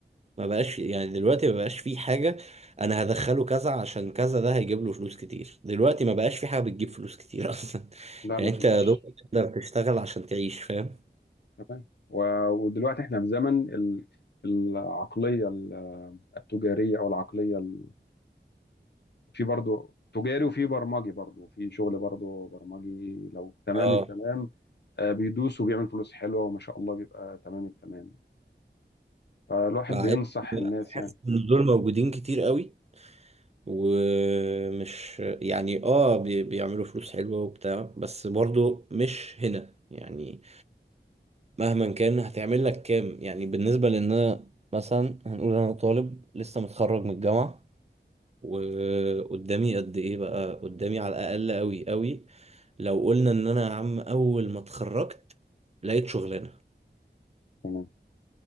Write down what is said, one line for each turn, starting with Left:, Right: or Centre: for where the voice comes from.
Right: ما بقاش يعني دلوقتي ما بقاش في حاجه انا هدخله كذا عشان كذا ده هيجيب له فلوس كتير دلوقتي ما بقاش في حاجه بتجيب فلوس كتير <laughs> اصلا
Left: لا
Right: يعني
Left: مفيش
Right: انت يا دوب تقدر تشتغل عشان تعيش فاهم
Left: تمام و- ودلوقتي احنا في زمن ال- العقلية ال- التجارية او العقلية ال... في برضو تجاري وفي برمجي برضو في شغل برضو برمجي لو تمام
Right: اه
Left: التمام آه، بيدوس وبيعمل فلوس حلوة وما شاء الله بيبقى تمام التمام يعني فالواحد
Right: مع
Left: بينصح
Right: ان
Left: الناس
Right: بحس
Left: يعني
Right: ان دول موجودين كتير قوي ومش يعني اه بي- بيعملوا فلوس حلوة وبتاع بس برضو مش هنا يعني مهما كان هتعمل لك كام يعني بالنسبة لان انا مثلا هنقول انا طالب لسه متخرج من الجامعة وقدامي قد ايه بقى قدامي على الاقل قوي قوي لو قلنا ان انا يا عم اول ما اتخرجت لقيت شغلانة
Left: تمام